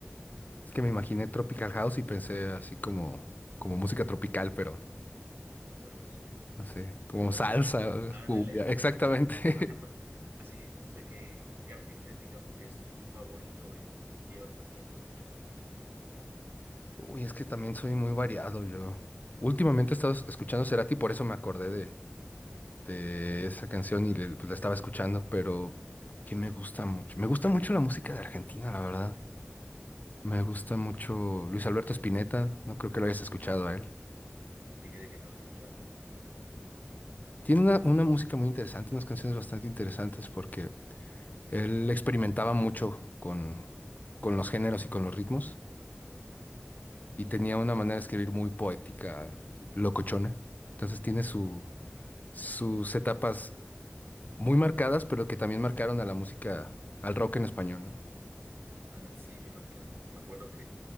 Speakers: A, on the left; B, on the right.
A: Es que me imaginé Tropical House y pensé así como, como música tropical, pero
B: <laughs>
A: no sé, como
B: Como la
A: salsa,
B: cu.
A: <laughs> algo
B: Ándale.
A: así, cumbia, exactamente.
B: <laughs> Así, ¿tú de qué, qué artista, digamos, que es tu favorito y llevas más tiempo escuchando?
A: <laughs> Uy, es que también soy muy variado yo. Últimamente he estado escuchando Cerati, por eso me acordé de, de
B: Él,
A: esa
B: será,
A: canción y le- pues, la estaba escuchando, pero que me gusta mucho. Me gusta mucho la música de Argentina, la verdad. Me gusta mucho Luis Alberto Spinetta, no creo que lo hayas escuchado a él.
B: mm, dije de que no lo he escuchado.
A: Tiene una, una música muy interesante, unas canciones bastante interesantes porque Él experimentaba mucho con, con los géneros y con los ritmos
B: Ándale.
A: y tenía una manera de escribir muy poética, locochona. Entonces tiene su, sus etapas muy marcadas, pero que también marcaron a la música, al rock en español, ¿no?
B: Ah, sí, me imagino, ¿no? Me acuerdo que,